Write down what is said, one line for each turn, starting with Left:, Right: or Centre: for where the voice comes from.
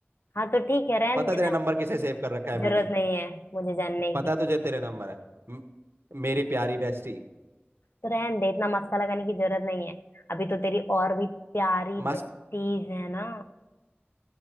Left: हाँ तो ठीक है रहन
Right: पता
Left: देना
Right: तेरा नंबर किसे सेव कर रखा है
Left: जरूरत
Right: मैंने
Left: नहीं है मुझे जानने
Right: पता
Left: की
Right: तुझे तेरे नंबर है म- मेरी प्यारी बेस्टी
Left: तो रहन दे इतना मस्का लगाने की जरूरत नहीं है अभी तो तेरी और भी प्यारी
Right: मस्त
Left: बेटीज है ना